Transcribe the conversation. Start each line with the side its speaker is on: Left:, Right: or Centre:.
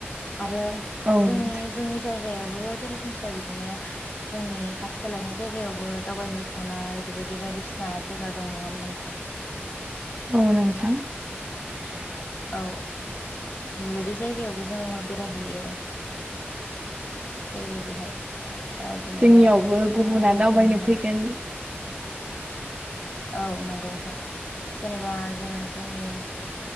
Left: आरो
Right: औ
Left: जोंनि
Right: नोंथां
Left: जोंनि जायगायाव आवबो सरासनस्रा बिदिनो जोंनि खाथि खालानि जायगायावबो दावबाय थावना बेफोरबायदि बायदिसिना जायगा दं नङा होमबा नोंथां ।
Right: औ नोंथां ।
Left: औ बेफोरबायदि जायगायावबो जोङो बेरायहैयो जेरै बायदिहाय जेनेबा
Right: जोंनियावबो गुबुना
Left: ओ
Right: दावबायनो
Left: जोङो
Right: फैगोन
Left: औ नंगौ नोंथां जेनेबा जोङो जोंनि